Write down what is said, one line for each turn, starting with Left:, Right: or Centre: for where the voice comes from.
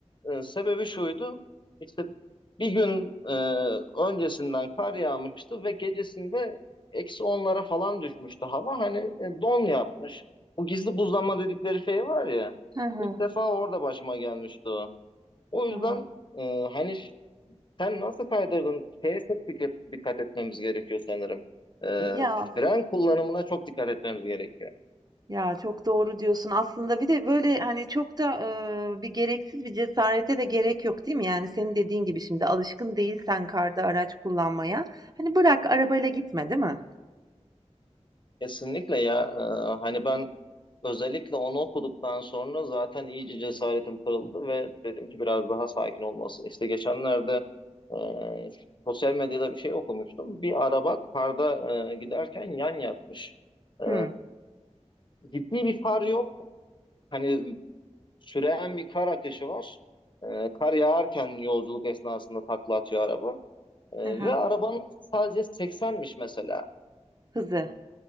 Left: e, sebebi şuydu. İşte bir gün e, öncesinden kar yağmıştı ve gecesinde eksi onlara falan düşmüştü hava. Hani e, don yapmış. Bu gizli buzlanma dedikleri şey var ya.
Right: hı hı.
Left: İlk defa orada başıma gelmişti o. O yüzden
Right: Aa.
Left: e, hani ş- sen nasıl kaydırdın? Şeye çok dik- dikkat etmemiz gerekiyor sanırım. E,
Right: Ya
Left: fren kullanımına çok dikkat etmemiz gerekiyor.
Right: Ya çok doğru diyorsun. Aslında bir de böyle hani çok da e, bir gereksiz bir cesarete de gerek yok değil mi? Yani senin dediğin gibi şimdi alışkın değilsen karda araç kullanmaya. Hani bırak arabayla gitme değil mi?
Left: Kesinlikle ya. E, hani ben Özellikle onu okuduktan sonra zaten iyice cesaretim kırıldı ve dedim ki biraz daha sakin olmasın. İşte geçenlerde e, sosyal medyada bir şey okumuştum. Bir araba karda e, giderken yan yatmış. E,
Right: Hı.
Left: ciddi bir far yok. Hani süren bir kar akışı var. E, kar yağarken yolculuk esnasında takla atıyor araba. E,
Right: Hı hı.
Left: ve arabanın sadece 80'miş mesela.
Right: Hızı.